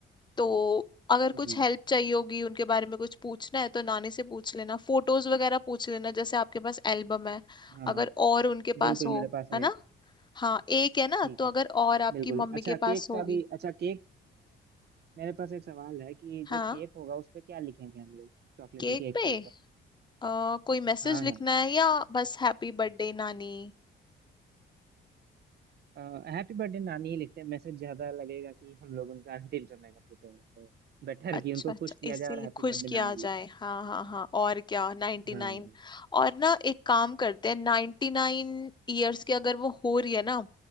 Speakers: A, on the left (about 20°); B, on the right (about 55°).
A: तो अगर कुछ
B: जी
A: हेल्प चाहिए होगी उनके बारे में कुछ पूछना है तो नानी से पूछ लेना फोटोज वगैरह पूछ लेना जैसे आपके पास एल्बम है
B: हाँ
A: अगर और उनके पास
B: बिल्कुल
A: हो
B: मेरे पास
A: है
B: है
A: ना
B: एक
A: हाँ एक है ना
B: ठीक
A: तो
B: है
A: अगर और आपकी
B: बिल्कुल
A: मम्मी
B: अच्छा
A: के
B: केक
A: पास होगी
B: का भी अच्छा केक मेरे पास एक सवाल है कि
A: हाँ
B: जो केक होगा उस पे क्या लिखेंगे हम लोग चॉकलेटी
A: केक
B: केक
A: पे
B: के
A: अ, कोई मैसेज
B: हाँ
A: लिखना है या बस हैप्पी बर्थडे नानी
B: हाँ हैप्पी बर्थडे नानी ही लिखते हैं मैसेज ज्यादा लगेगा कि हम लोग उनका अंतिम समय का पूछते हैं बेटर
A: अच्छा
B: कि उनको
A: अच्छा
B: खुश किया
A: इसीलिए
B: जाए और हैप्पी
A: खुश
B: बर्थडे
A: किया
B: नानी
A: जाए
B: लिखा
A: हाँ हाँ हाँ और क्या नाइन्टी
B: जाए।
A: नाइन
B: हाँ
A: और ना एक काम करते हैं नाइन्टी नाइन ईयर्स की अगर वो हो रही है ना